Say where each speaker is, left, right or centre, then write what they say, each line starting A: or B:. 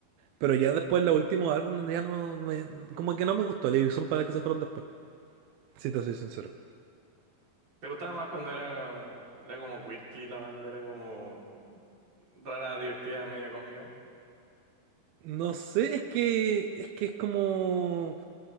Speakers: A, on the right (about 80°); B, on the right (about 30°).
A: Pero ya después, los últimos álbumes ya no me. Como que no me gustó la edición para que se fueron después. Si te soy sincero.
B: ¿Te gustaba más cuando era como, era como quirky la banda? Era como rara, divertida, media cómica.
A: No sé, es que es que es como